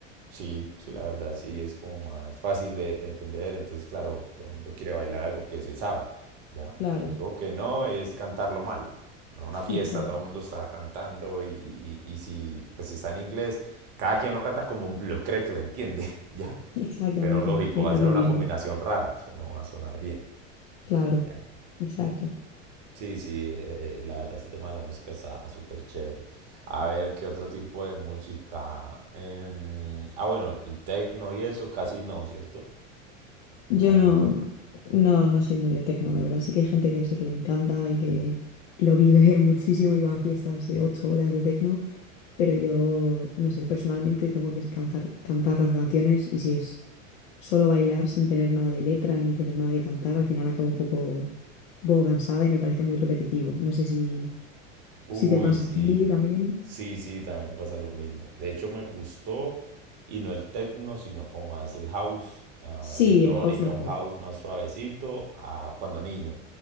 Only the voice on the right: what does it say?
Sí, sí, la verdad sí es como más fácil de, de entender. Entonces, claro, todo el mundo quiere bailar algo que se sabe, ¿ya?
Algo que no es cantarlo mal. No una
fiesta,
todo el mundo está cantando y, y- y si pues está en inglés, cada quien lo canta como lo cree que lo entiende, <laughs> ¿ya?
Pero lógico,
va
a ser
una
combinación rara, eso no va a sonar bien,
¿ya?
Sí, sí, eh, eh, la verdad este tema de la música está súper chévere. A ver, ¿qué otro tipo de música? Em, ah, bueno, el techno y eso casi no, ¿cierto?
Casi
no.
Uy,
sí.
Sí, sí, también pasa lo mismo. De hecho, me gustó, y no el techno, sino como más el house, ah,
electrónica,
un house más suavecito, ah, cuando niño.